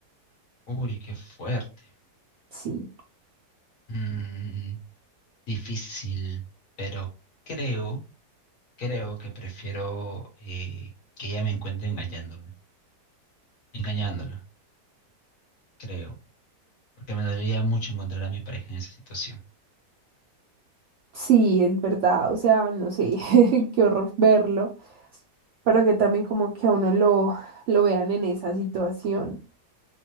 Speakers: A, on the left; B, on the right.
A: Uy, qué fuerte.
B: Sí.
A: Mm, difícil, pero creo creo que prefiero eh, que ella me encuentre engañándome, engañándola, creo, porque me dolería mucho encontrar a mi pareja en esa situación.
B: Sí, es verdad, o sea, no sé, <laughs> qué horror verlo, pero que también como que a uno lo, lo vean en esa situación.